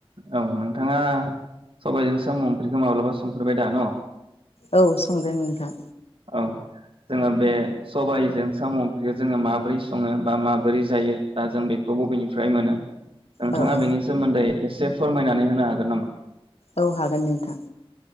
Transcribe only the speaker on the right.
औ नोंथाङा सबायजों सामुं माब्लाबा संफोरबाय दा न
औ जोङो बे सबाय जों साम ओंख्रिया जोङो माबोरै सङो बा माबोरै जायो दा जों बेखौ बबेनिफ्राय मोनो नोंथाङा
बेनि सोमोन्दै एसे फोरमायनानै होनो हागोन नामा।